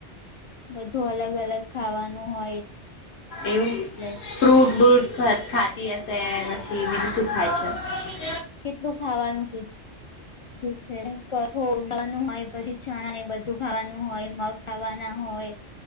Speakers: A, on the left; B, on the left.
A: બધું અલગ અલગ ખાવાનું હોય.
B: એવું
A: એટલે
B: ફ્રૂટ બ્રુટ ખાતી હશે પછી બીજું શું ખાય છે.
A: કેટલું ખાવાનું કીધું બધું છે. કઠોળ ખાવાનું હોય પછી ચણા એ બધું ખાવાનું હોય મગ ખાવાના હોય